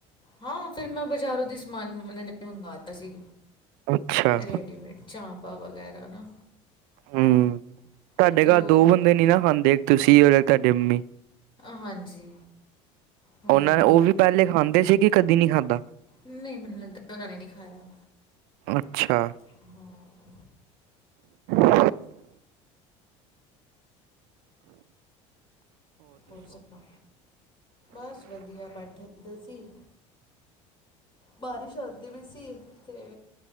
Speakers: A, on the left; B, on the right.
A: ਹਾਂ ਫਿਰ ਮੈਂ ਬਾਜ਼ਾਰੋਂਦੀ ਸਮਾਨ ਉਹਨਾਂ ਨੇ ਮੰਗਵਾਤਾ ਸੀ,
B: ਅੱਛਾ।
A: ਰੇਡੀਮੇਡ ਚਾਂਪਾ ਵਗੈਰਾ ਨਾ
B: ਹਮ, ਤੁਹਾਡੇ
A: ਉਹ ਫਿਰ
B: ਘਰ
A: ਉਹ
B: ਦੋ
A: ਹੀ ਖਾ
B: ਬੰਦੇ
A: ਲਈ
B: ਨੀ ਨਾ ਖਾਂਦੇ, ਇੱਕ ਤੁਸੀਂ ਔਰ ਤੁਹਾਡੇ ਮੰਮੀ
A: ਹਾਂਜੀ ਮੰਮੀ
B: ਉਹਨਾਂ
A: ਨਹੀਂ
B: ਉਹ
A: ਖਾਂਦੇ
B: ਵੀ ਪਹਿਲੇ ਖਾਂਦੇ ਸੀ ਕਿ ਕਦੀ ਨਹੀਂ ਖਾਂਦਾ
A: ਨਹੀਂ ਮੈਨੂੰ ਲੱਗਦਾ, ਉਹਨਾਂ ਨੇ ਨਹੀਂ ਖਾਇਆ
B: ਅੱਛਾ
A: ਹਾਂ
B: ਹ <inaudible>
A: ਹੋਰ ਸੁਣਾ, ਬਸ ਵਧੀਆ ਬੈਠੇ ਦੇ ਸੀ। ਬਾਰਿਸ਼ ਆਂਉਦੀ ਵੀ ਸੀ, ਤੇ